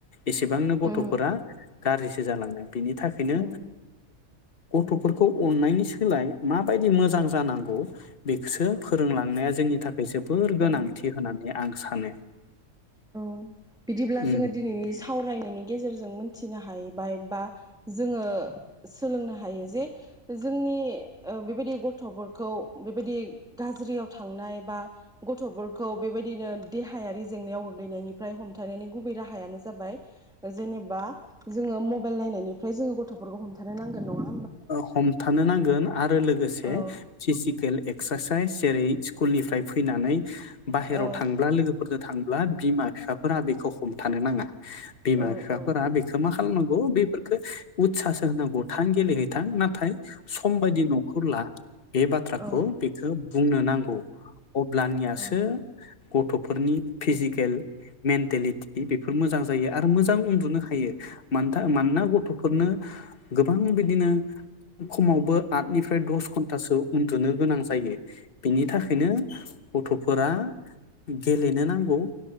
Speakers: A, on the left; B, in the centre.
A: एसेबांनो गथ'फोरा
B: उम
A: गाज्रिसो जालाङो। बिनि थाखोयनो
B: उम
A: गथ'फोरखौ अननायनि सोलाय माबायदि मोजां जानांगौ बेखोसो फोरोंलांनाया जोंनि थाख जोबोर गोनांथि
B: औ
A: होनानै आं सानो।
B: औ। बिदिब्ला
A: उम
B: जोंङो दिनैनि सावरायनायनि। गेजेरजों मिथिनो हाहबाय बा जोङो सोलोंनो हायो जे जोंनि ओ बेबायदि गथ'फोरखौ बेबायदि गाज्रियाव थांनाय बा गथ'फोरखौ बेबायदिनो देहायारि जेंनायाव गोग्लोयनायनिफ्राय हमथानायनि गुबै राहायानो जाबाय जेनेबा जोंङो मबाइल नायनायनिफ्राय जोंङो गथ'फोरखौ हमथानो नांगोन नंङा।
A: हमथानो नांगोन आरो लोगोसे
B: औ
A: फिजिकेल एक्सारसाइस जेरै स्कुलनिफ्राय फैनानै बाहेराव
B: औ
A: थांब्ला लोगोफोरजों थांब्ला बिमा बिफाफोरा बेखौ हम। थानो नाङा। बिमा
B: औ
A: बिफाफोरा
B: औ
A: बेखौ मा खालामनांगौ बेफोरखौ उत्सासो होनांगौ थां गेलेहै बिथां नाथाय सम बायदि न'खौला बे बाथ्राखौ
B: औ
A: बेखौ बुंनो नांगौ अब्लानियासो
B: औ
A: गथ'फोरनि फिजिकेल मेन्टेलिटि बेफोर मोजां जायो आरो मोजां उन्दुनो हायो मानोना गथ'फोरनो गोबां बिदिनो। खमावबो आटनिफ्राय दस घन्टासो उन्दुनो गोनां जायो बेनि थाखायनो गथ'फोरा गेलेनो नांगौ